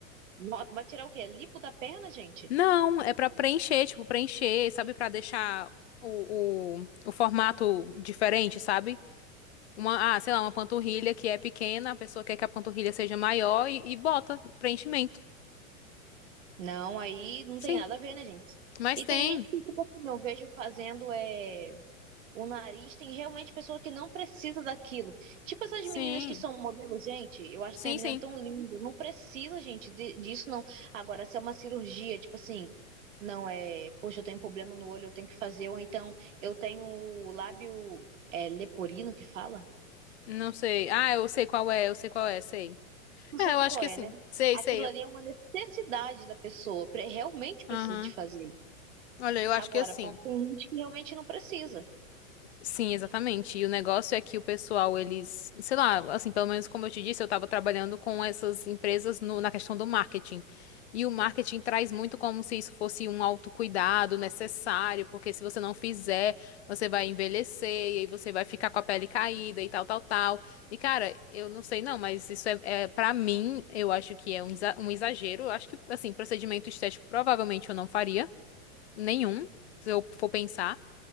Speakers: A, on the right; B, on the left.
A: No- Vai tirar o quê? Lipo da perna, gente?
B: Não, é pra preencher, tipo, preencher, sabe, Pra deixar o, o, o formato diferente, sabe? Uma, ah, sei lá, uma panturrilha que é pequena, a pessoa quer que a panturrilha seja maior e, e bota preenchimento.
A: Não, aí não
B: Sim,
A: tem nada a ver, né, gente?
B: mas
A: E
B: tem.
A: tem gente que, tipo assim, eu vejo fazendo é, o nariz, tem realmente pessoa que não precisa daquilo. Tipo essas
B: Sim.
A: meninas que são modelo, gente, eu acho
B: Sim,
A: essas meninas
B: sim.
A: tão lindas. Não precisa, gente, de- disso, não. Agora, se é uma cirurgia, tipo assim, não é, poxa, eu tenho problema no olho, eu tenho que fazer, ou então eu tenho o lábio é, leporino que fala?
B: Não sei. Ah, eu sei qual é, eu sei qual é, sei.
A: Não
B: É,
A: sabe
B: eu acho
A: qual
B: que
A: é,
B: sim.
A: né?
B: Sei,
A: Aquilo
B: sei.
A: ali
B: eu-
A: é uma necessidade da pessoa, pre- realmente precisa
B: Aham.
A: de fazer.
B: Olha, eu acho
A: Agora,
B: que assim.
A: pra- tem gente que realmente não precisa.
B: Sim, exatamente. E o negócio é que o pessoal, eles, sei lá, assim, pelo menos como eu te disse, eu tava trabalhando com essas empresas no- na questão do marketing. E o marketing traz muito como se isso fosse um autocuidado necessário, porque se você não fizer, você vai envelhecer, e aí você vai ficar com a pele caída e tal, tal, tal. E, cara, eu não sei não, mas isso é, é para mim, eu acho que é um exa- um exagero. Eu acho que, assim, procedimento estético provavelmente eu não faria. nenhum, se eu for pensar.